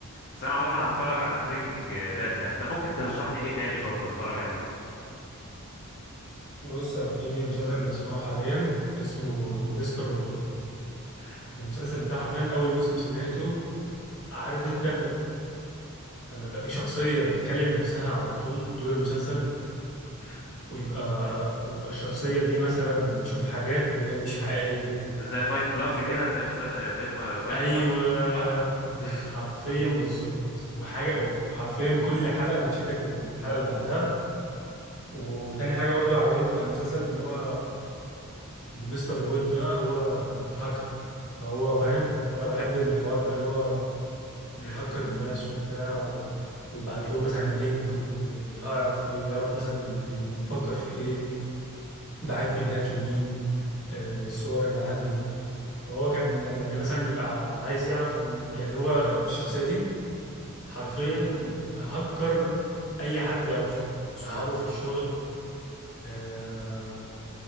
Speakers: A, on the left; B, on the left.
A: بس انا عموما هتفرج على بريكنج باد ده انت ممكن ترشح لي ايه تاني برضو اتفرج عليه
B: بص انا في مسلسل بسمعه حاليا اسمه مستر روبوت
A: امم
B: المسلسل ده حرفيا اول موسم سمعته عارف انت لما يبقى في شخصية بتكلم نفسها على طول طول المسلسل
A: امم
B: ويبقى ويبقى الشخصية دي مثلا بتشوف حاجات وهي مش حقيقية
A: ده زي فايت كلاب
B: أنت
A: كده
B: فاهم؟
A: في مسلسل آه، فيلم فايت
B: أيوه
A: كلاب صح
B: بز...
A: امم
B: حرفيا بالظبط وحاجة
A: امم
B: وحرفيا كل حلقة بتشدك للحلقة اللي بعدها وتاني حاجة برضو عجبتني في المسلسل إن هو إن مستر وود ده هو هاكر فهو فاهم أنا بحب الحوار ده اللي هو بيهكر
A: امم
B: الناس وبتاع و... ويبعت لهم مثلا لينك ويعرف يعرف مثلا بيفكر في ايه بعت ايميلات لمين آه الصور اللي عنده فهو كان لما بي- مثلا يبقى عايز يعرف يعني هو الشخصية دي حرفيا هكر اي حد يعرفه صحابه
A: اه
B: في الشغل آه،